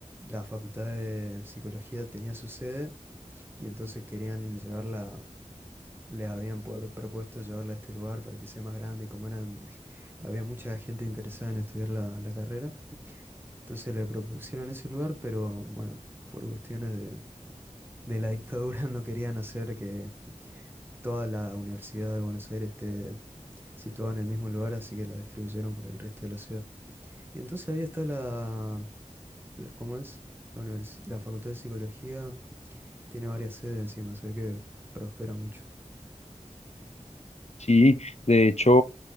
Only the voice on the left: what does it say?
Sí, de hecho,